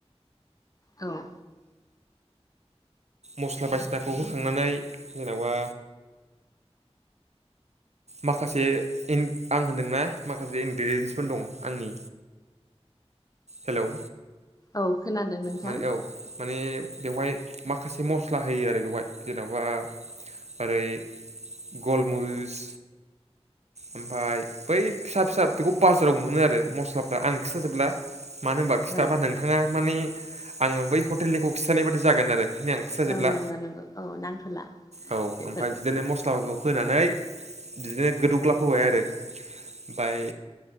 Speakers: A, on the left; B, on the right.
A: औ
B: मस्ला बायसिनाखौ होखांनानै जेनेबा माखासेन आं होनदोंना माखासे इनग्रेडियेन्सफोर दं आंनि हेलौ
A: औ खोनादों नोंथां।
B: माने औ माने बेवहाय माखासे मस्ला होयो आरो बेवहाय जेन'बा ओरै गलमुरिस ओमफ्राय बै फिसा फिसा बेखौ बाजाराव मोनो आरो मस्लाफ्रा आं खिथाजोबला मानो होनबा खिथाबा
A: औ
B: नोंथाङा माने आङो बै हटेलनिखौ खिन्थानाय बाददि जागोन आरो। बेखिनि आं खिथाजोबला
A: औ नंगौ नंगौ औ नांथ'ला
B: औ
A: बेफोरखौ
B: ओमफ्राय बिदिनो मस्लाफोरखौ होनानै बिदिनो गोदौग्लाब होबाय आरो ओमफाय